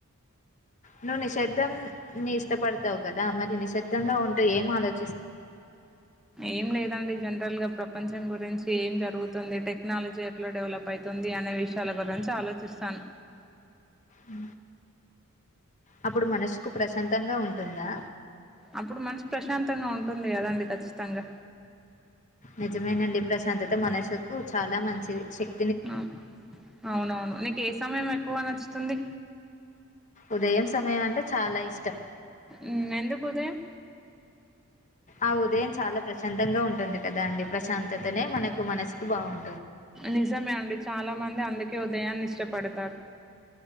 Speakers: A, on the left; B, in the centre.
A: నువ్వు నిశ్శబ్దం నీ ఇష్టపడతావు కదా! మరి నిశ్శబ్దంగా ఉంటే ఏం ఆలోచ
B: ఏం లేదండి జం జనరల్ గా ప్రపంచం గురించి ఏం జరుగుతుంది. టెక్నాలజీ ఎట్లా డెవలప్ అయితుంది. అనే విషయాల గురించి ఆలోచిస్తాను.
A: ఉ అప్పుడు మనసుకు ప్రశాంతంగా ఉంటుందా
B: అప్పుడు మనసు ప్రశాంతంగా ఉంటుంది కదాండి ఖచ్చితంగా
A: నిజమేనండి ప్రశాంతత మనసుకు చాలా మంచి శక్
B: ఆ అవునవును నీకు ఏ సమయం ఎక్కువ నచ్ తుంది
A: ఉదయం సమయం అంటే చాలా ఇష్టం.
B: ఉ ఎందుకు ఉదయం
A: ఆ ఉదయం చాలా ప్రశాంతంగా ఉంటుంది కదా అండి ప్రశాంతతనే మనకు మనసుకి బాగుం
B: నిజమే అండి చాలా మంది అందుకే ఉదయాన్ని ఇష్టపడతారు.